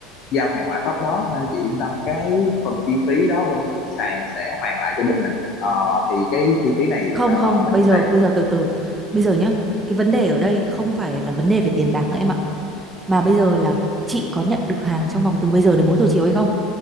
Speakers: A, on the left; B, on the right.
A: giao hàng hỏa tốc đó nên chị yên tâm cái phần chi phí đó bên sàn sẽ hoàn lại cho bên mình Ờ, thì cái chi phí này
B: không
A: ờ,
B: không
A: bên
B: bây giờ
A: sàn
B: bây giờ từ từ bây giờ nhá cái vấn đề ở đây không phải là vấn đề về tiền bạc nữa em ạ mà bây giờ là chị có nhận được hàng trong vòng từ bây giờ đến 4 giờ chiều hay không